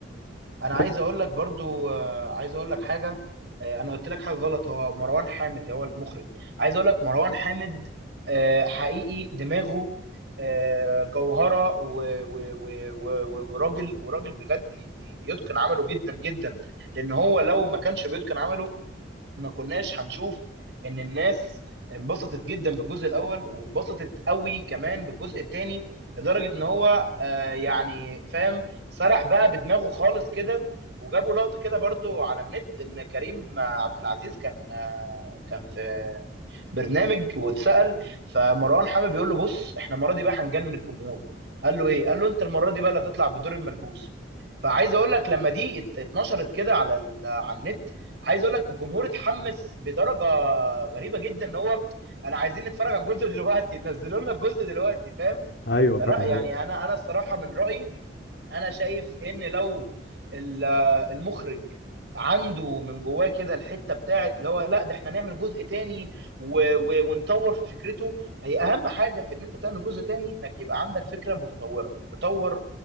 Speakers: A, on the right; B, on the left.
A: انا
B: بس
A: عايز اقول لك برضو آه، عايز اقول لك حاجه آه، انا قلت لك حاجه غلط هو مروان حامد هو المخرج عايز اقول لك مروان حامد آه، حقيقي دماغه آه، جوهره و- و- و- و- وراجل وراجل بجد بي- بيتقن عمله جدا جدا لان هو لو ما كانش بيتقن عمله ما كناش هنشوف ان الناس انبسطت جدا بالجزء الاول وانبسطت قوي كمان بالجزء الثاني لدرجه ان هو آه يعني فاهم سرح بقى بدماغه خالص كده وجابوا لقطه كده برضو على النت ان كريم آه، عبد العزيز كان آه كان في برنامج واتسال فمروان حامد بيقول له بص احنا المره دي بقى هنجنن الجمهور قال له ايه قال له انت المره دي بقى اللي هتطلع بدور الملبوس فعايز اقول لك لما دي ات- اتنشرت كده على ال- على النت عايز اقول لك الجمهور اتحمس بدرجه غريبه جدا ان هو انا عايزين نتفرج على الجزء دلوقتي نزلوا لنا الجزء دلوقتي فاهم
B: ايوه
A: فلا
B: فعلا
A: يعني
B: هو
A: انا انا الصراحه من رايي انا شايف ان لو ال- المخرج عنده من جواه كده الحته بتاعت اللي هو لا ده احنا نعمل جزء تاني و... و... ونطور في فكرته هي اهم حاجه في ان انت تعمل جزء تاني انك يبقى عندك فكره متطوره تطور